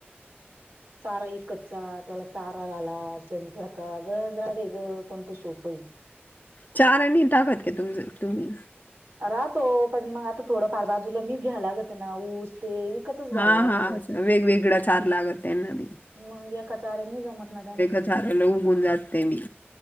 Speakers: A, on the right; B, on the left.
A: चारा इकचचा त्याला चारा झाला शंका गंडे ग कोणत सोप
B: चार आणि टाकत का तुम तुम्ही
A: राहतो. पण मग, आता थोडंफार बाजूला मी घ्याय लागत, ना ऊस ते.. विकतच घालायला
B: हा,
A: लागतो.
B: हा, वेगवेगळं चार लागत त्यांना मी
A: मग एका चचाऱ्यांनी जमत ना त्यानी
B: चाराला उगून जात ते मी